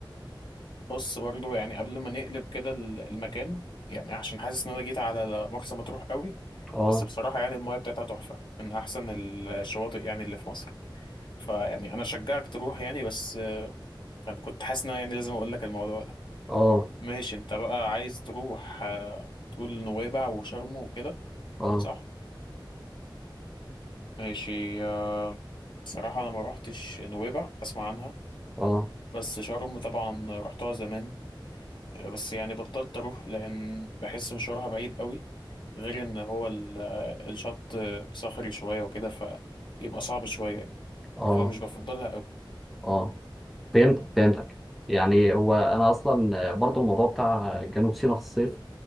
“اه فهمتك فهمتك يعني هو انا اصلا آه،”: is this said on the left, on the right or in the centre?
Centre